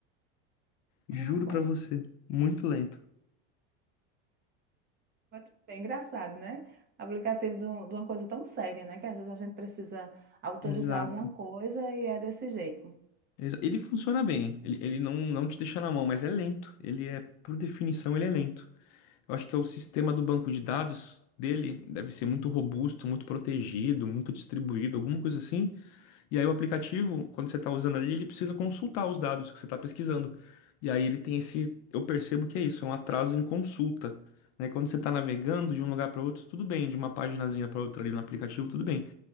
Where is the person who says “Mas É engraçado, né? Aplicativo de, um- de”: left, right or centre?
Right